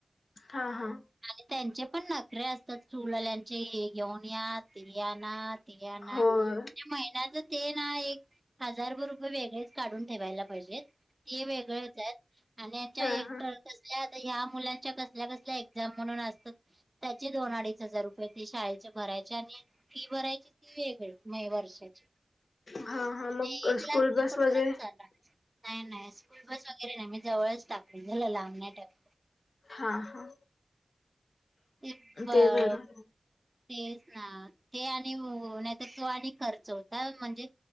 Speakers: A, on the left; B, on the right.
A: हा हा.
B: आणि त्यांचे पण नखरे असतात. स्कुल वाल्यांचे हे घेऊन या ते आणा. ते आणा
A: होय
B: म्हणजे महिन्याच ते ना एक हजारभर रुपये वेगळेच काढून ठेवायला पाहिजेत. ते वेगळच आहेत. आणि यांच्या
A: हा
B: एकतर
A: हा
B: कसल्या ह्या मुलांच्या कसल्या कसल्या ज्या म्हणून असतात. त्याचे दोन अडीच हजार रुपये ते शाळेचे भरायचे आणि फी भरायची ती वेगळीच. नाही वर्षाची म्हणजे
A: हा हा मग
B: एक
A: स्कूल
B: लाख
A: बस
B: पकडूनच
A: वगैरे
B: चला. नाय नाय स्कूल बस वगैरे नाय. मी जवळच टाकलय त्याला लांब नाय टाकल.
A: हा हा.
B: टी पाव
A: ते बरं
B: तेच ना ते आणि हो नाहीतर तो आणि खर्च होता. म्हणजे